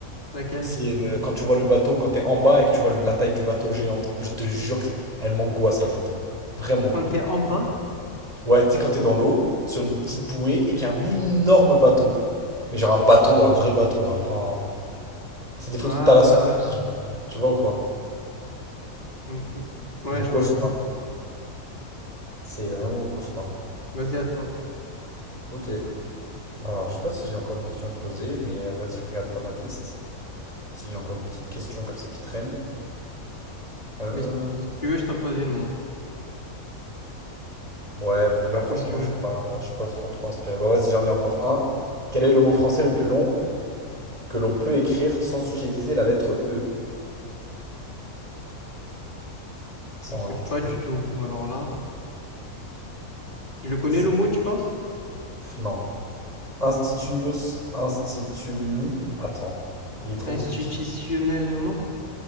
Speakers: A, on the left (about 35°); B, on the right (about 25°).
A: Laquelle?
B: C'est euh, quand tu vois le bateau, quand t'es en bas et que tu vois le- la taille du bateau géante. Je te jure que elle m'angoisse la photo. Vraiment.
A: Quand t'es en bas,
B: Ouais, tu sais, quand t'es dans l'eau, sur une petite bouée et qu'il y a un énorme bateau. Mais genre un bateau, un vrai bateau. hein, pas- C'est des photos
A: Ah
B: de thalassophobie,
A: ouais,
B: genre. Tu vois ou pas?
A: ouais. Ok. Ouais,
B: Mon
A: je
B: cauchemar.
A: vois, je vois.
B: C'est vraiment mon cauchemar.
A: Vas-y à toi.
B: Ok. Alors, je sais pas si j'ai encore une question à te poser, mais euh, vas-y, je vais regarder dans ma liste. Si j'ai encore une petite question comme ça qui traîne. Euh...
A: Mais si si tu veux, je t'en pose une, moi.
B: Ouais, parce que là, franchement,
A: Comme tu veux.
B: j'ai pas, je suis pas trop trop inspiré. Bah, vas-y, j'en ai encore un. Quel est le mot français le plus long que l'on peut écrire sans utiliser la lettre E? Sans,
A: Je sais
B: genre,
A: pas
B: tu peux.
A: du tout. Alors là, je le connais
B: C'est.
A: le mot, tu penses?
B: pff, Non. Institunios,
A: Bon.
B: instituni. Attends, il est trop
A: Institutionnellement?
B: compliqué.